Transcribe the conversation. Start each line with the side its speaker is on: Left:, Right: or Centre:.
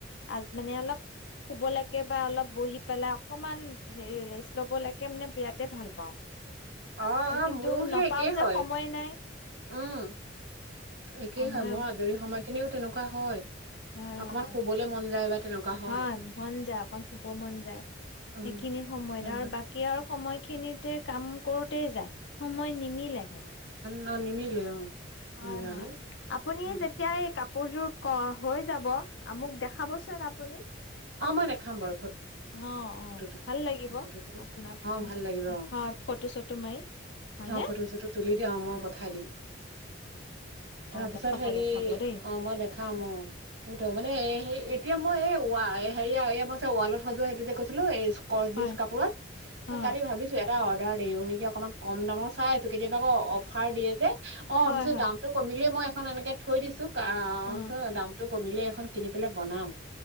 Left: আজ, মানে অলপ শুবলৈকে বা অলপ বহি পেলাই অকণমান হেৰি ৰেষ্ট লবলৈকে মানে বিৰাট ভাল পাওঁ।
Right: অ'-অ'
Left: আহ, কিন্তু
Right: মোৰো সেই
Left: নাপাও
Right: একেই হয়,
Left: যে সময় নাই
Right: উম্, একেই
Left: সময়
Right: হয় মোৰ আজৰি সময়খিনিও তেনেকুৱা কোৱা হয়।
Left: হয়-হয়-হয়
Right: অকমান শুবলে মন যায় বা তেনেকুৱা হয়।
Left: মন যায়, অকণ শুব মন যায়
Right: উম,
Left: সেইখিনি সময়ত
Right: তেনেকুৱা।
Left: আৰু বাকী আৰু সময় খিনিতে কাম কৰোঁতেই যায়। সময় নিমিলেহে।
Right: ন নিমিলে অ'।
Left: হয়,
Right: নেজালে
Left: হয় আপুনি
Right: অ'।
Left: যেতিয়া এই কা কাপোৰযোৰ ক' হৈ যাব আ মোক দেখাবচোন আপুনি।
Right: অ', মই দেখাম বাৰু ফটো
Left: অ', অ',
Right: তুলি
Left: ভাল লাগিব
Right: ফটো তুলি
Left: আপোনা
Right: অ',
Left: উম,
Right: ভাল লাগিব
Left: উম
Right: অ',
Left: হয়, ফটো চটো মাৰি, হয়নে?
Right: অ', ফটো চটো তুলি দিয়া মই
Left: অ'।
Right: পঠাই দিম তাৰপিছত
Left: দেখাব
Right: হেৰি
Left: দেখাব দেই
Right: অ', মই দেখাম অ', সেইটো মানে এ হেই এতিয়া মানে মই এই ৱা হেৰিয়া এই মই যে, ৱালত সঁজোৱা সেইটো যে কৈছিলোঁ এই কৰজিছ
Left: হয়
Right: কাপোৰত।
Left: অ
Right: ত কালি ভাবিছো এটা অ অৰ্ডাৰ দিওঁ নেকি অকমান, কম দামৰ চাই আছোঁ। কেতিয়াবা আকৌ অফাৰ দিয়ে যে, অ
Left: হয়
Right: অৱশ্যে
Left: হয়
Right: দামতটো কমিলেই মই খন এনেকে থৈ দিছো। ক
Left: অ
Right: চ দামটো কমিলে এখন কিনি পেলাই বনাম।